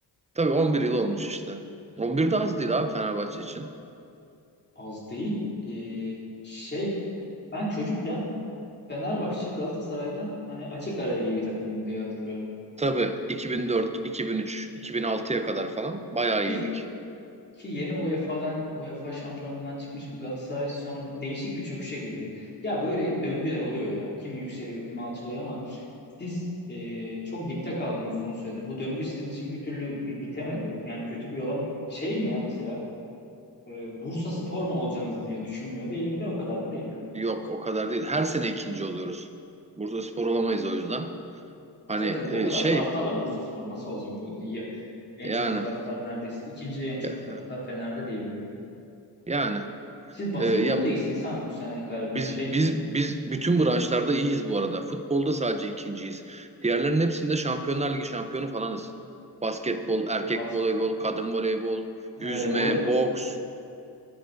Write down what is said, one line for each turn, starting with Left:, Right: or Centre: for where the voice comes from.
Right: Tabii 11 yıl olmuş işte. 11 de az değil abi Fenerbahçe için.
Left: Az değil. Ee, şey ben çocukken Fenerbahçe Galatasaray'dan hani açık ara iyi bir takım diye hatırlıyorum.
Right: Tabii 2004, 2003, 2006'ya kadar falan bayağı
Left: Ki
Right: iyiydik.
Left: ki yeni UEFA'dan UEFA şampiyonluğundan çıkmış bir Galatasaray sonra değişik bir çöküşe girdi. Ya böyle döngüler oluyor ya. Kim yükseliyor, kim alçalıyor ama siz ee, çok dipte kaldınız uzun süredir. Bu döngü sizin için bir türlü bir bitemedi. Yani kötü bir yola mı şey mi ya mesela e, Bursa Spor mu olacaksınız diye düşünmüyor değilim de o kadar da değildir artık.
Right: Yok o kadar değil. Her sene ikinci oluyoruz. Bursaspor olamayız o yüzden. Hani
Left: Zaten
Right: e,
Left: o kadar
Right: şey
Left: taraftarla Bursaspor nasıl olacağım bu diye en
Right: yani
Left: çok taraftar neredeyse ikinci en çok
Right: ya-
Left: taraftar Fener'de diye biliyorum.
Right: yani
Left: Siz basketbolda
Right: e, ya
Left: iyisiniz ha bu sene galiba.
Right: biz
Left: Şey
Right: biz biz bütün branşlarda iyiyiz bu arada. Futbolda sadece ikinciyiz. Diğerlerinin hepsinde Şampiyonlar Ligi şampiyonu falanız. Basketbol, erkek
Left: bas
Right: voleybol, kadın voleybol,
Left: e,
Right: yüzme,
Left: voley
Right: boks.